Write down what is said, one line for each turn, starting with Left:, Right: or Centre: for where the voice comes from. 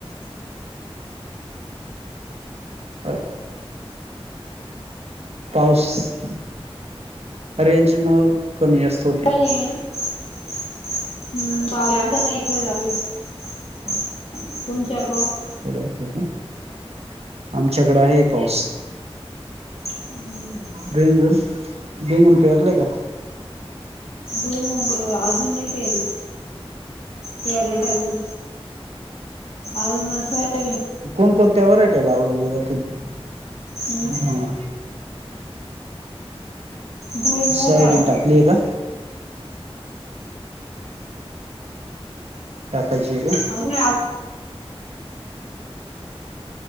Right: अ््् पाऊस रेंज मुळं कमी जास्त होतो
Left: काए च च च च हम्म् पांऊस जास्त नाही थोडा चालुए तुमच्याकडं
Right: उद्या येतोय अ् आमच्याकडे आहे पाऊस
Left: हम्म् च च च
Right: बेंगून बेंगून पेरलयं का
Left: भुईमूग अजून नाही पेरलं पेरायचाय अजुन अजुन नाश्ता नाही केला
Right: कोणकोणत्या व्हरायटया लावून नेल्या तिद्
Left: हम्म
Right: हा
Left: भुईमुग
Right: सोयाबीन
Left: आणि
Right: टाकली आहे का टाकायची एक का
Left: अजुन <unintelligible>